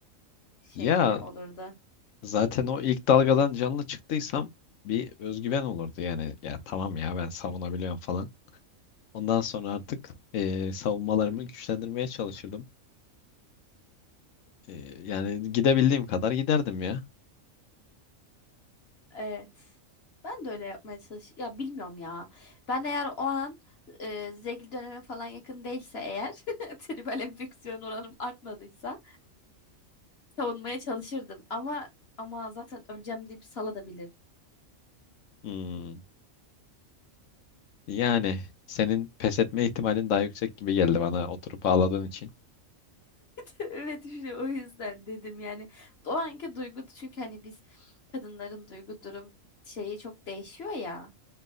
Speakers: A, on the left; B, on the left.
A: şeyimle
B: Ya
A: olurdu.
B: zaten o ilk dalgadan canlı çıktıysam bir özgüven olurdu. Yani ya tamam ya ben savunabiliyorum falan. Ondan sonra artık eee, savunmalarımı güçlendirmeye çalışırdım. Eee, yani gidebildiğim kadar giderdim ya.
A: Evet. Ben de öyle yapmaya çalış. Ya bilmiyorum ya. Ben eğer o an e, zegil döneme falan yakın değilse eğer <laughs> tribal enfeksiyon oranım artmadıysa savunmaya çalışırdım. Ama ama zaten öleceğim deyip sala da <laughs>
B: Hmm. Yani senin pes etme ihtimalin daha yüksek gibi geldi bana oturup ağladığın için.
A: Evet, işte O yüzden dedim yani. O anki duygu çünkü hani biz kadınların duygu durum şeyi çok değişiyor ya.